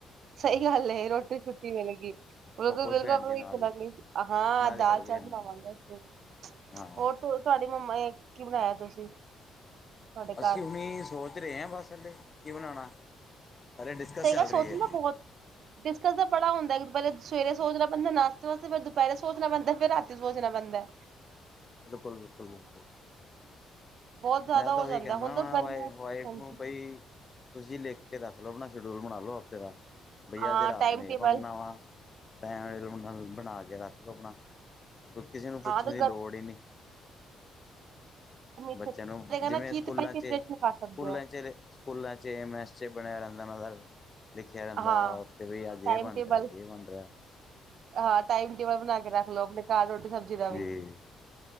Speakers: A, on the right; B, on the left.
A: ਸਹੀ ਗੱਲ ਐ, ਰੋਟੀ ਛੁੱਟੀ ਮਿਲ ਗਈ। ਬਿਲਕੁਲ,
B: ਉਹ ਖੁਸ਼
A: ਬਿਲਕੁਲ
B: ਹੋ ਜਾਂਦੀ
A: ਉਹੀ
B: ਨਾਲ
A: ਕਰਾਗੇ
B: ਹੀ
A: ਹਾਂ,
B: ਨਾਲ
A: ਦਾਲ-
B: ਹੀ ਕਹਿ ਦੂਗੀ
A: ਚਾਲ
B: ਹਾਂਜੀ
A: ਬਣਾਵਾਂਗੇ
B: ਹਾਂਜੀ
A: ਅਜ ਤੇ
B: ਹਾਂ
A: ਉਹ ਤੁਹਾਡੀ ਮੰਮਾ ਕੀ ਬਣਾਇਆ ਤੁਸੀਂ ਤੁਹਾਡੇ
B: ਅਸੀਂ
A: ਘਰ
B: ਹੁਣੀ ਸੋਚ ਰਹੇ ਹਾਂ ਬਸ ਹੱਲਲੇ ਕੀ ਬਣਾਉਣਾ, ਹਲੇ ਡਿਸਕਸ
A: ਸਹੀ
B: ਚੱਲ
A: ਗੱਲ ਸੋਚਣਾ
B: ਰਹੀ ਐ।
A: ਬਹੁਤ ਡਿਸਕਸ ਤਾਂ ਬੜਾ ਹੁੰਦਾ ਇੱਕ ਦਪਹਿਰੇ ਸਵੇਰੇ ਸੋਚਣਾ ਪੈਂਦਾ ਨਾਸਤੇ ਵਾਸਤੇ ਫਿਰ ਦੁਪਹਿਰੇ ਸੋਚਣਾ ਪੈਂਦਾ ਫਿਰ ਰਾ ਸੋਚਣਾ ਪੈਦਾ
B: ਬਿਲਕੁਲ, ਬਿਲਕੁਲ, ਬਿਲਕੁਲ
A: ਬਹੁਤ ਜ਼ਿਆਦਾ
B: ਮੈਂ ਤਾਂ
A: ਹੋ
B: ਉਹੀ
A: ਜਾਂਦਾ
B: ਕਹਿੰਦਾ
A: ਹੁਣ ਤਾਂ
B: ਵਾ,
A: ਗਰਮੀਆਂ
B: ਵ
A: ਚ-
B: ਵਾਈਫ
A: ਹਾਂਜੀ
B: ਨੂੰ ਬਈ। ਤੁਸੀਂ ਲਿਖ ਕੇ ਰੱਖ ਲਓ ਆਪਣਾ ਸ਼ਡਿਊਲ ਬਣਾ ਲਓ ਹਫ਼ਤੇ ਦਾ, ਬਈ
A: ਹਾਂ
B: ਅੱਜ ਰਾਤ
A: ਟਾਈਮ
B: ਨੂੰ
A: ਟੇਬਲ
B: ਇਹ ਬਣਨਾ ਵਾ। ਟਾਈਮ ਬਣਾ ਕੇ ਰੱਖ ਲਓ ਆਪਣਾ, ਕਿ ਕਿਸੇ ਨੂੰ ਪੁੱਛਣ
A: ਹਾਂ ਤਾਂ
B: ਦੀ ਲੋੜ ਈ ਨੀਂ।
A: ਗਰਮੀ
B: ਚ ਨ ਜਿਵੇਂ
A: ਨਾ ਕੀ
B: ਸਕੂਲਾਂ
A: ਤੁਸੀਂ ਪ੍ਰੀਪਰੇਸ਼ਨ
B: 'ਚ
A: ਕਰ ਸਕਦੇ
B: ਸਕੂਲਾਂ
A: ਹੋ
B: 'ਚ। ਸਕੂਲਾਂ ਚ ਮੈਸ ਚ ਬਣਿਆ ਰੈਂਦਾ <inaudible> ਲਿਖਿਆ ਰਹਿੰਦਾ
A: ਹਾਂ
B: ਵਾ ਉੱਥੇ ਵੀ ਅੱਜ
A: ਟਾਈਮ
B: ਇਹ ਬਣ
A: ਟੇਬਲ
B: ਰਿਹਾ, ਅੱਜ ਇਹ ਬਣ ਰਿਹਾ।
A: ਹਾਂ ਟਾਈਮ ਟੇਬਲ ਬਣਾ ਕੇ ਰੱਖ ਲਓ, ਆਪਣੇ ਘਰ ਰੋਟੀ ਸਬਜ਼ੀ ਦਾ ਵੀ।
B: ਜੀ